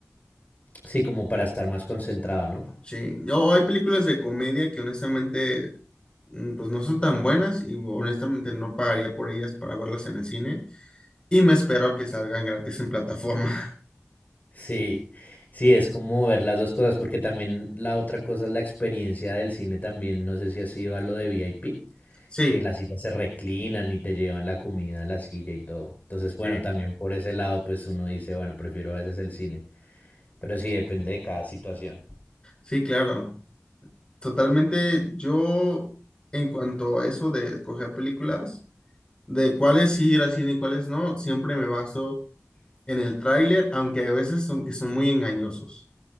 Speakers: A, on the left; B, on the left.
A: Sí, como para estar más concentrado, ¿no?
B: Sí, o hay películas de comedia que honestamente, mm, pues no son tan buenas y honestamente no pagaría por ellas para verlas en el cine y me espero a que salgan gratis en plataforma. <laughs>
A: Sí, sí, es como ver las dos cosas, porque también la otra cosa es la experiencia del cine también, no sé si has ido a lo de VIP,
B: Sí,
A: que las sillas se reclinan y te llevan la comida a la silla y todo. Entonces, bueno,
B: sí,
A: también por ese lado, pues uno dice, bueno, prefiero a veces el cine, pero sí depende de cada situación.
B: sí, claro. Totalmente, yo en cuanto a eso de escoger películas, de cuáles sí ir al cine y cuáles no, siempre me baso en el tráiler, aunque a veces son que son muy engañosos.